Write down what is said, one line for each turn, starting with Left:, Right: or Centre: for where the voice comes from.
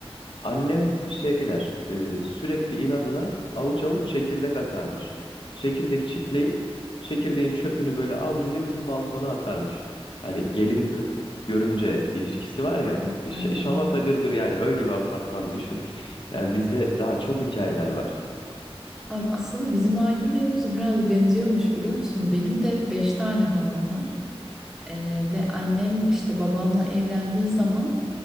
Left: Annem şey der, e, sürekli inadına avuç avuç çekirdek atarmış. Çekirdek çitleyip çekirdeğin çöpünü böyle avucuyla bizim balkona atarmış. Hani gelin k- görümce ilişkisi var ya,
Centre: Ay, ay.
Left: ş- şamata
Centre: ay.
Left: gırgır yani öyle bir apartman düşün. Yani bizde daha çok hikayeler var.
Centre: Ay, Aslında bizim ailelerimiz biraz benziyormuş biliyor musun? Benim de beş tane halam var. Ee, ve annem işte babamla evlendiği zaman